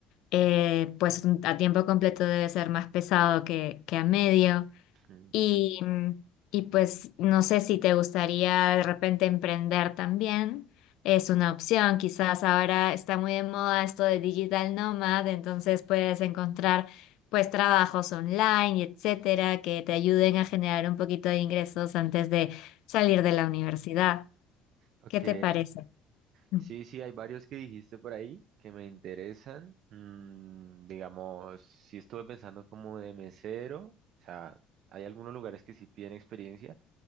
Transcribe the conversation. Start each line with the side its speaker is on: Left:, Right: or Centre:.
Left: eh, pues a tiempo completo debe ser más pesado que, que a medio.
Right: ujú.
Left: Y, y pues no sé si te gustaría de repente emprender también. Es una opción. Quizás ahora está muy de moda esto de digital nomad, entonces puedes encontrar pues trabajos online, y etcétera, que te ayuden a generar un poquito de ingresos antes de salir de la universidad.
Right: Ok,
Left: ¿Qué te parece? Mm.
Right: Sí, sí, hay varios que dijiste por ahí que me interesan. Mm, digamos, sí estuve pensando como de mesero, o sea, hay algunos lugares que sí piden experiencia,